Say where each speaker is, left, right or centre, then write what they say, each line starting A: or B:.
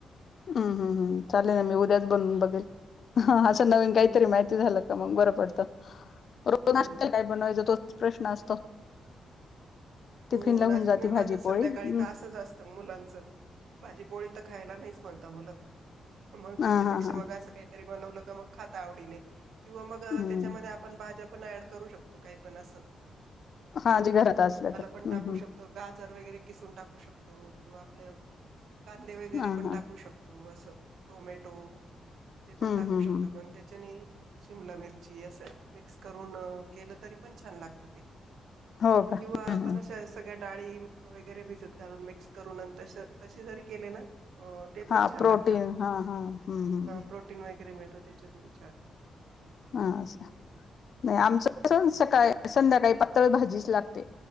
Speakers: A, on the left (about 60°); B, on the right (about 80°).
A: हम् हम्म हम् चालेल ना मी उद्याच बनून बघेल नविन
B: हम्म
A: काहीतरी माहिती झालं का मग बरं पडत तर रोज
B: हो
A: नाश्त्याला काय बनवायच तो तोच प्रश्न असतो टिफिनला
B: हो नाश
A: होऊन जाते
B: मी माझ
A: भाजी पोळी
B: संध्याकाळी
A: हम्म
B: तर असच असतं मुलांच माझी पोळी तर खायला नाहीच म्हणता मला मग त्याच्यापेक्षा
A: हा हा हा
B: मग असं काहीतरी बनवलं मग खात आवडी नाही किंवा मग
A: हम्म
B: त्याच्यामध्ये आपण भाजप पण ऍड करू शकतो काही पण अस
A: हा जे घरात असलं तर
B: पण टाकू
A: हम्म हम्म
B: शकतो गाजर वगैरे किसून टाकू शतो किंवा आपल्या कांदे वगैरे
A: हा हा
B: पण टाकू शकतो अस टोमॅटो ते पण
A: हम्म
B: टाकू
A: हम्म
B: शकत
A: हम्म
B: पण त्याच्याने शिमला मिरची असं मिक्स करून केलं तरी पण छान लागत ते
A: हो का
B: किंवा आपण
A: ह
B: पण अशा सगळ्या डाळी वगैरे भिजत घालून मिक्स करून आणि त तसे जरी केले ना अ ते पण
A: हा
B: छान
A: प्रोटीन
B: लागतात
A: हा हा हम्म हम्म
B: प्रोटीन वगैरे मिळ प तुमच्या
A: हा नाही आमचं सकाळी संध्याकाळी पातळ भाजीच लागते